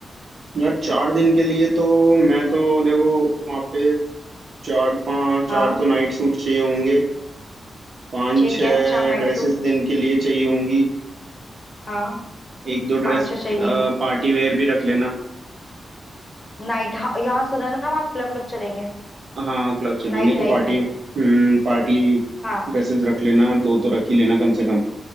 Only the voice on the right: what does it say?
यार चार दिन के लिए तो मैं तो देखो वहाँ पे चार पाँच
चार तो नाइट सूट चाहिए होंगे पाँच
छः
ड्रेसेस
दिन के लिए चाहिए होंगी
एक दो
ड्रेस
पार्टी वेयर भी रख लेना
हाँ क्लब चलेंगे
तो
पार्टी
हम्म पार्टी
ड्रेसेस रख लेना दो तो रख ही लेना कम से कम